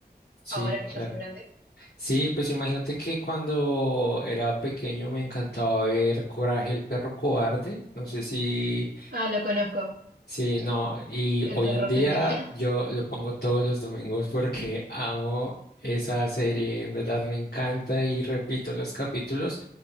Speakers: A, on the left; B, on the right.
A: sí,
B: ahora que
A: claro.
B: ya sos grande.
A: Sí, pues imagínate que cuando era pequeño me encantaba ver Coraje el perro cobarde. No sé si
B: Ah, lo conozco,
A: Sí, no, y
B: el
A: hoy
B: terror
A: en día
B: que le tenía. <laughs>
A: yo lo pongo todos los domingos porque amo esa serie, en verdad me encanta y repito los capítulos